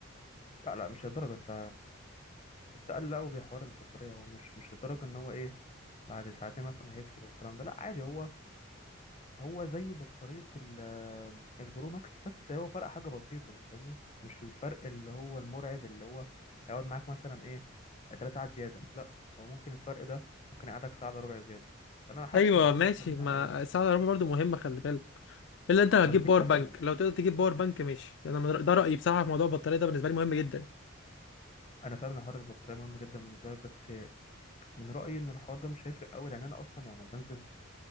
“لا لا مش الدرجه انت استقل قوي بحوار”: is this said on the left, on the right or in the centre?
Left